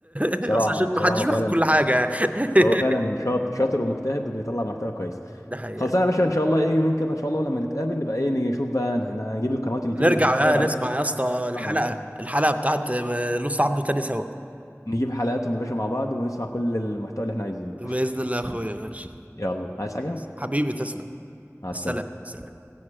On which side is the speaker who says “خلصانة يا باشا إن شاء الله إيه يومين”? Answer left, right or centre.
Left